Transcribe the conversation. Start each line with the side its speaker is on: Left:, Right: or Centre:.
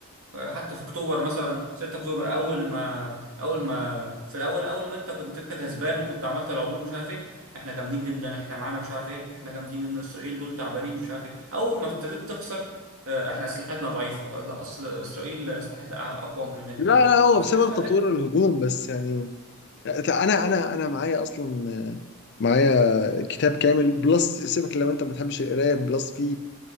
Right: حتى في اكتوبر مثلا 6 اكتوبر اول ما اول ما في الاول اول ما انت كنت انت كسبان وكنت عملت العبور مش عارف ايه احنا جامدين جدا احنا معانا مش عارف ايه احنا جامدين جدا اسرائيل دول تعبانين مش عارف ايه اول ما ابتديت تخسر آه، احنا اسلحتنا ضعيفه لا اصل اسرائيل اسلحتها اقوى مننا
Left: لا لا هو
Right: مفيش
Left: بسبب
Right: حاجه اسمها
Left: تطوير
Right: كده
Left: الهجوم بس يعني انا انا انا معايا اصلا معايا كتاب كامل بلس سيبك لو انت ما بتحبش القرايه بلس في